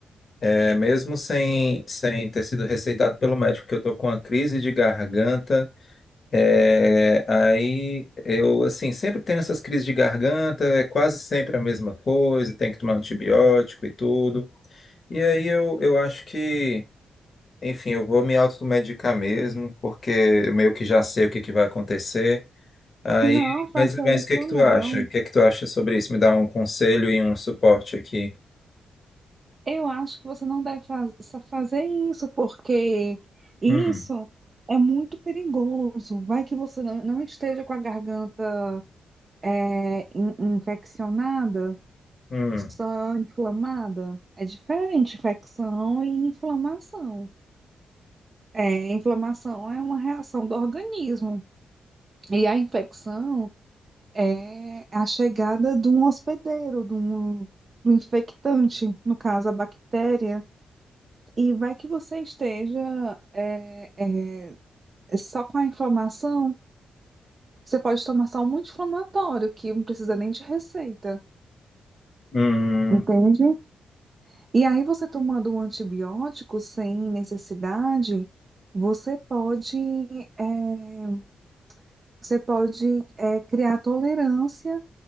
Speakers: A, on the left; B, on the right.
A: é, mesmo sem, sem ter sido receitado pelo médico, que eu tô com uma crise de garganta. É, aí eu assim sempre tenho essas crises de garganta, é quase sempre a mesma coisa, tem que tomar antibiótico e tudo. E aí eu, eu acho que, enfim, eu vou me automedicar mesmo, porque eu meio que já sei o que que vai acontecer. Aí,
B: Não faça
A: mas, mas
B: isso,
A: o que que tu
B: não.
A: acha? O que que tu acha sobre isso? Me dá um conselho e um suporte aqui.
B: Eu acho que você não deve faz- fazer isso, porque isso
A: Hum,
B: é muito perigoso. Vai que você não não esteja com a garganta é, in- infeccionada.
A: hum,
B: Só inflamada? É diferente, infecção e inflamação. É, inflamação é uma reação do organismo. E a infecção é a chegada de um hospedeiro, de um, do infectante, no caso a bactéria. E vai que você esteja é, é, só com a inflamação, você pode tomar só um anti-inflamatório, que não precisa nem de receita.
A: hum.
B: Entende? E aí, você tomando um antibiótico sem necessidade, você pode, eh, você pode eh, criar tolerância